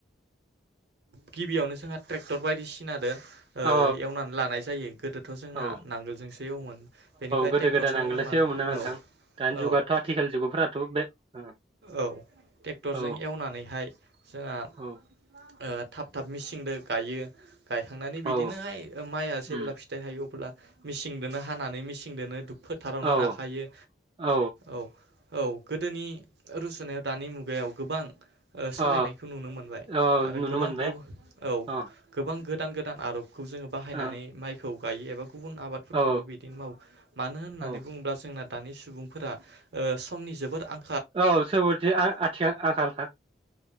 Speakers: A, on the right; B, on the right.
A: गिबियावनो जोंहा ट्रेक्टर बायदिसिना आरो <inaudible> एवनानै
B: औ
A: लानाय जायो गोदोथ' जोंना
B: औ
A: नांगोलजोंसो एवोमोन बेनिफ्राय
B: गोदो
A: ट्रेक्टरजों
B: गोदाय नांगोलजोंसो
A: एवनानै
B: एवोमोन ना नोंथां
A: औ
B: दानि जुगाथ'
A: औ
B: आथिखाल जुगफोराथ' बे
A: औ ट्रेक्टरजों
B: औ
A: एवनानैहाय। जोंहा।
B: औ
A: थाब थाब मेसिंजों गायो <inaudible> गायखांनानै
B: औ
A: बिदिनोहाय माइआ जेब्ला
B: उम
A: फिथाइ थायो अब्ला। मिसिंजोंनो हानानै मिसिं दोनो दुख। <inaudible> फोथारावनो
B: औ
A: नाखायो
B: औ
A: औ। औ गोदोनि रुसुनायाव दानि मुगायाव गोबां। <unintelligible>
B: अ
A: सोलायनायखौ नुनो मोनबाय
B: औ
A: आरो
B: नुनो
A: गोबां
B: मोनबाय
A: औ
B: अ
A: गोबां। गोदान गोदान आर। खौ जोङो बाहायनानै
B: ओ,
A: माइखौ। गायो एबा गुबुन आबादफोरखौबो
B: औ
A: बिदिनो मावो मानो होननानै
B: औ
A: बुङोब्ला जोंना‌। दानि सुबुंफोरा समनि जोबोद आं।
B: औ सोरोरदि आ आथिं आंखाालखा। <unintelligible>